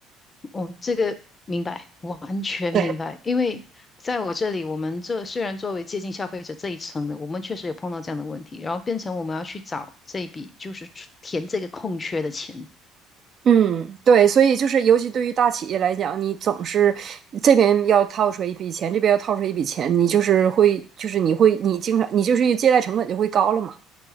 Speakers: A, on the left; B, on the right.
A: 我这个明白，完全明白。
B: 对。
A: 因为在我这里，我们这虽然作为接近消费者这一层的，我们确实有碰到这样的问题，然后变成我们要去找这一笔，就是出填这个空缺的钱。
B: 嗯，对，所以就是尤其对于大企业来讲，你总是这边要套出来一笔钱，这边要套出来一笔钱，你就是会，就是你会，你经常，你就是借贷成本就会高了嘛。